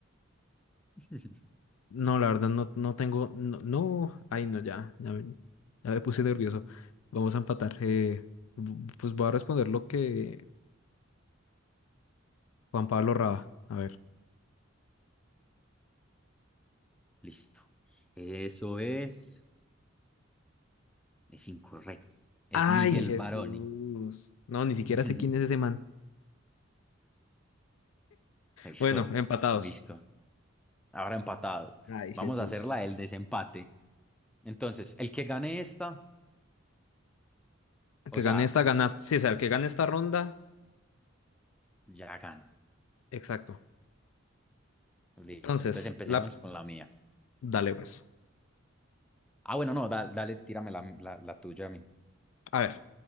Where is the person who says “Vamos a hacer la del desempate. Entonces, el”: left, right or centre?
Centre